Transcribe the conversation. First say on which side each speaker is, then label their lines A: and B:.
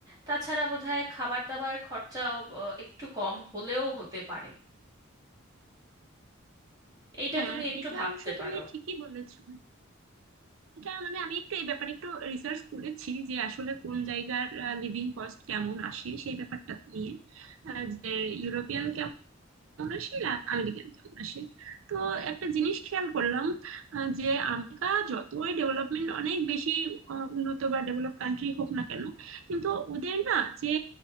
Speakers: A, on the right; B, on the right.
A: তাছাড়া বোধহয় খাবার দাবার খরচাও আহ, একটু কম হলেও হতে পারে এইটা
B: হ্যাঁ,
A: তুমি একটু
B: এটা
A: ভাবতে
B: অবশ্য
A: পারো
B: তুমি ঠিকই বলেছো এটা মানে আমি একটু এই ব্যাপারে একটু রিসার্চ করেছি যে আসলে কোন জায়গার লিভিং কস্ট কেমন আসে সেই ব্যাপারটা নিয়ে আহ, যে ইউরোপিয়ান চৌরাশি আর আমেরিকান চৌরাশি তো একটা জিনিস খেয়াল করলাম আহ, যে আমেরিকা যতই ডেভেলপমেন্ট অনেক বেশি আহ, উন্নত বা ডেভেলপ কান্ট্রি হোক না কেন কিন্তু ওদের না যে